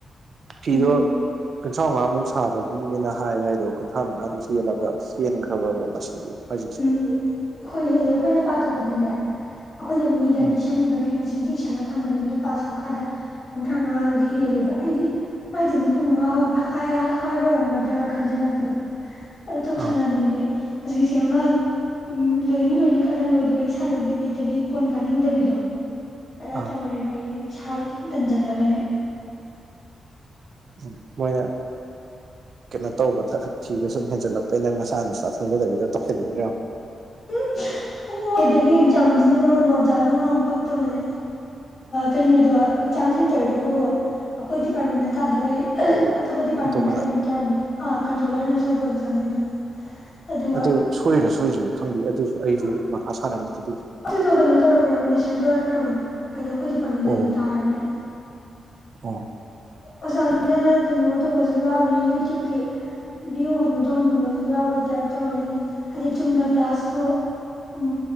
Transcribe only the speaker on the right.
ꯐꯤꯗꯣ
ꯀꯟꯊ꯭ꯔꯥꯉꯃꯨꯛ ꯁꯥꯕꯒꯤ ꯃꯤꯅ ꯍꯥꯏ ꯍꯥꯏꯗꯣ ꯀꯨꯟꯊ꯭ꯔꯥꯃꯉꯥꯗꯣ ꯍꯦꯜꯂꯕ ꯍꯦꯟꯈ꯭ꯔꯕꯕ ꯃꯁꯤꯡꯗꯤ ꯍꯧꯖꯤꯛꯁꯦ
ꯎꯝ
ꯑꯥ
ꯑꯥ
ꯎꯝ ꯃꯣꯏꯅ ꯀꯩꯅꯣ ꯇꯧꯕꯗ ꯐꯤꯗ ꯁꯨꯝ ꯍꯦꯟꯖꯜꯂꯛꯄ ꯑꯩꯩꯅ ꯅꯪ ꯅꯁꯥꯅ <unintelligible> ꯊꯣꯟꯖꯗꯕꯤꯗꯣ ꯇꯧꯁꯤꯜꯂꯛꯏꯔꯣ꯫
ꯑꯇꯣꯞꯄꯗ
ꯑꯗꯨ ꯁꯣꯏꯔꯤꯔ ꯁꯣꯏꯗꯤꯔ ꯈꯪꯗꯦ ꯑꯗꯨꯁꯨ ꯑꯩꯁꯨ
ꯃꯊꯥ ꯁꯥꯔꯝꯃꯤꯖꯦ꯫
ꯑꯣ
ꯑꯣ